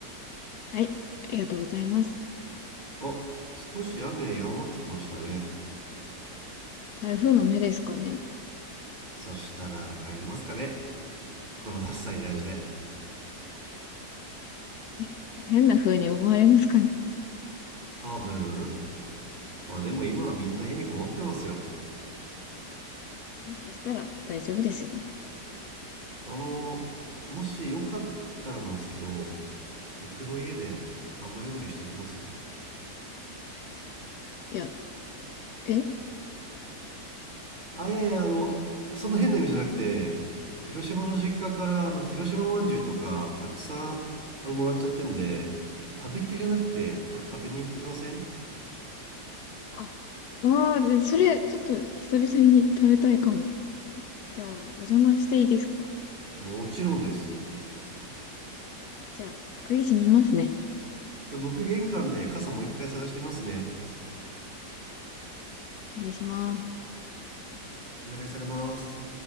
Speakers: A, on the left; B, on the right.
A: はい、ありがとうございます。
B: お、少し雨弱まってきましたね。
A: 台風の目ですかね。
B: そしたら帰りますかね。このダッサいジャージで。
A: せ変な風に思われますかね。
B: 多分。まあでも今はみんな家にこもってますよ。
A: そしたら大丈夫ですよね。
B: あの、もしよかったらなんですけど、僕の家で雨宿りしてきます
A: いや、え
B: あいやいやあのそんな変な意味じゃなくて広島の実家からあの広島まんじゅうとかたくさんあのもらっちゃってんで食べきれなくてちょっと食べに行きません
A: あ、ああ、でそれ、ちょっと久々に食べたいかも。じゃあ、お邪魔していいですか
B: もちろんです
A: じゃあ、鍵閉めますね。
B: じゃあ僕玄関で傘もう一回探してみますね
A: お願いします。
B: お願いされます